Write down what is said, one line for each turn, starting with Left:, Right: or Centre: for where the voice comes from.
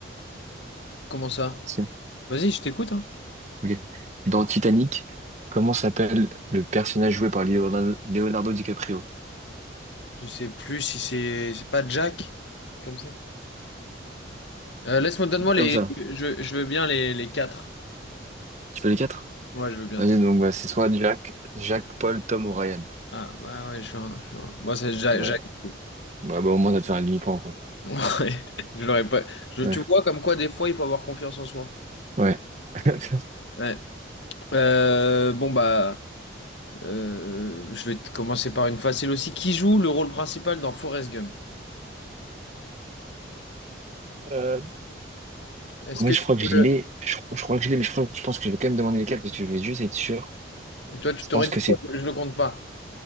Left: Comment ça?
Right: Si.
Left: Vas-y, je t'écoute, hein.
Right: Ok. Dans Titanic, comment s'appelle le personnage joué par Leonardo Leonardo DiCaprio?
Left: Je sais plus si c'est c'est pas Jack, un truc comme ça. Euh, laisse-moi, donne-moi les,
Right: Comme ça.
Left: je, je veux bien les les quatre.
Right: Tu fais les quatre?
Left: Ouais, je veux bien.
Right: Vas-y, donc bah, c'est soit Jack, Jack, Paul, Tom ou Ryan.
Left: Ah, bah ouais, je suis un, je suis un- Moi, c'est Jacques.
Right: Ouais.
Left: Jacques. <laughs>
Right: Bah, bah, au moins, ça te fait un demi-point, quoi.
Left: Ouais, je l'aurais pas. Je,
Right: Ouais.
Left: tu vois, comme quoi, des fois, il faut avoir confiance en soi.
Right: Ouais. <laughs>
Left: Ouais. Euh, bon, bah, euh, je vais te commencer par une facile aussi. Qui joue le rôle principal dans Forrest Gump?
Right: Euh,
Left: Est-ce
Right: en
Left: que
Right: je
Left: tu
Right: crois que
Left: peux...
Right: je l'ai. Je, je crois que je l'ai, mais je, crois- je pense que je vais quand même demander les quatre parce que je vais juste être sûr.
Left: Toi, tu
Right: Je
Left: t'aurais
Right: pense
Left: dit
Right: que c'est.
Left: quoi? Je le compte pas.